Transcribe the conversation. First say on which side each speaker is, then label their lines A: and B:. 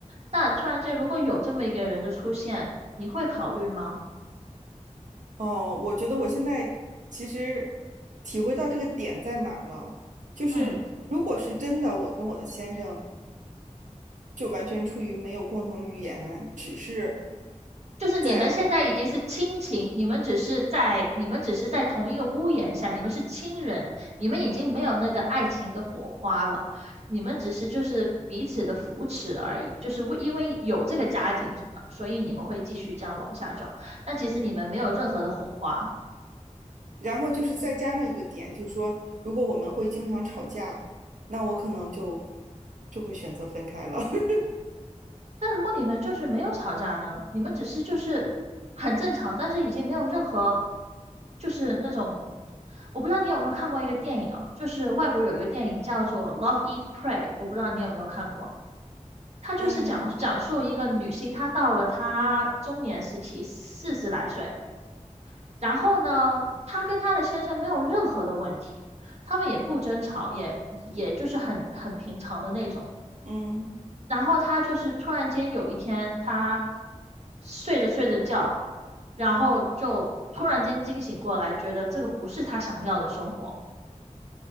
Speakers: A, on the right; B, on the right.
A: 那突然间如果有这么一个人的出现，你会考虑吗？
B: 哦，我觉得我现在其实体会到这个点在哪儿了，就是如果是真的，
A: 嗯。
B: 我跟我的先生就完全出于没有共同语言，只是
A: 就是你们现在已经是亲情，
B: 在，
A: 你们只是在你们只是在同一个屋檐下，你们是亲人，你们已经没有那个爱情的火花了，你们只是就是彼此的扶持而已，就是为因为有这个家庭，所以你们会继续这样往下走，但其实你们没有任何的火花。
B: 然后就是再加上一个点，就说如果我们会经常吵架，那我可能就就会选择分开了。<laughs>
A: 但如果你们就是没有吵架呢？你们只是就是很正常，但是已经没有任何就是那种，我不知道你有没有看过一个电影啊，就是外国有一个电影叫做《Love Eat Pray》，我不知道你有没有看过。它就是讲讲述一个女性，
B: 嗯
A: 她到了她中年时期，四十来岁，然后呢，她跟她的先生没有任何的问题，他们也不争吵，也也就是很很平常的那种。
B: 嗯，
A: 然后她就是突然间有一天，她睡着睡着觉，然后就突然间惊醒过来，觉得这个不是她想要的生活。